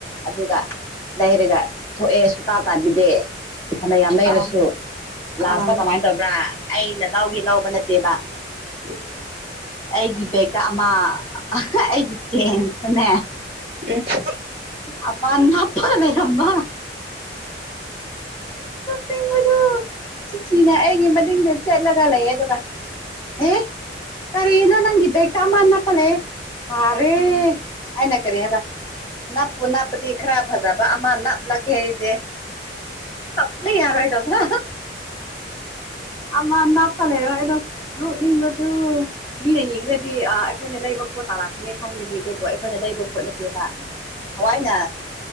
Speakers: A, on the left; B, on the right.
A: ꯑꯗꯨꯒ ꯂꯩꯔꯒ ꯊꯣꯛꯑꯦ ꯁꯨꯄꯥ ꯄꯥꯕꯤꯗꯦ ꯐꯥꯅ ꯌꯥꯝ ꯂꯩꯔꯁꯨ
B: ꯑꯥ
A: ꯂꯥꯁꯇ
B: ꯑꯥ
A: ꯀꯃꯥꯏꯅ ꯇꯧꯕ꯭ꯔꯥ ꯑꯩꯅ ꯂꯧꯒꯦ ꯂꯧꯕ ꯅꯠꯇꯦꯕ
B: ꯎꯝ
A: ꯑꯩꯒꯤ ꯕꯦꯛꯇ ꯑꯃ ꯑꯩꯒꯤ ꯆꯦꯟꯁꯇꯅꯦ
B: ꯎ <unintelligible>
A: ꯑꯄꯥꯟ ꯊꯣꯄ ꯂꯩꯔꯝꯕ ꯇꯤꯡꯕꯗꯨ ꯆꯤꯆꯤꯅ ꯑꯩꯒꯤ ꯃꯅꯤꯡꯗ ꯆꯠꯂꯒ ꯂꯩꯌꯦ ꯑꯗꯨꯒ
B: <unintelligible>
A: ꯍꯦ ꯀꯔꯤꯅꯣ ꯅꯪꯒꯤ ꯕꯦꯛꯇ ꯑꯃꯥ ꯅꯞꯄ ꯂꯩꯔꯦ ꯃꯥꯔꯦ ꯑꯩꯅ ꯀꯔꯤ ꯍꯥꯏꯕ ꯅꯞꯄꯨ ꯅꯞꯄꯗꯤ ꯈꯔꯥ ꯐꯖꯕ ꯑꯃ ꯅꯞꯂꯛꯈꯦ ꯍꯥꯏꯗꯦ ꯐ ꯌꯥꯔ ꯑꯣꯏꯗꯕ ꯑꯃꯅ ꯐꯂꯦ ꯑꯣꯏꯅ <unintelligible> ꯅꯣꯛꯅꯤꯡꯕꯗꯨ ꯃꯤꯅ ꯌꯦꯡꯕꯗꯗꯤ ꯑ ꯑꯩꯈꯣꯏꯅ ꯂꯩꯕ ꯄꯣꯠ ꯇꯥꯔꯛꯄꯅꯦ ꯈꯟꯒꯅꯤ ꯑꯗꯨꯕꯨ ꯑꯩꯈꯣꯏꯅ ꯂꯩꯕ ꯄꯣꯠ ꯅꯠꯇꯦꯕ
B: ꯍ
A: ꯊꯋꯥꯏꯅ